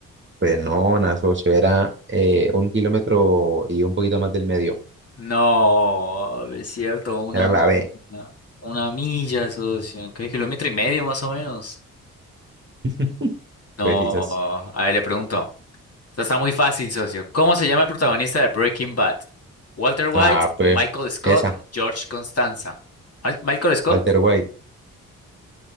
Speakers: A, on the right; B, on the left.
A: Pues no, nada, socio, era eh, un kilómetro y un poquito más del medio.
B: No, es cierto, una
A: Era
B: milla,
A: la B.
B: una milla, socio. ¿Qué kilómetro y medio más o menos?
A: <laughs>
B: No,
A: Pues quizás.
B: a ver, le pregunto. Esta está muy fácil, socio. ¿Cómo se llama el protagonista de Breaking Bad? Walter White,
A: Ah, pues
B: Michael Scott,
A: esa,
B: George Constanza. ¿Al- ¿Michael Scott?
A: Walter White,